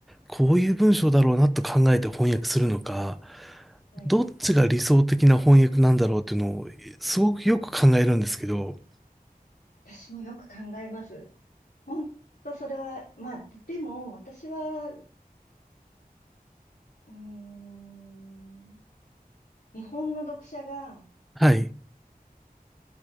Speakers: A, in the centre; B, on the left (about 85°).
A: こういう文章だろうなと考えて翻訳するのか、
B: はい。
A: どっちが理想的な翻訳なんだろうっていうのを、すごくよく考えるんですけど、
B: 私もよく考えます。本当それは、まあ、でも、私は、うーん、日本の読者が
A: はい、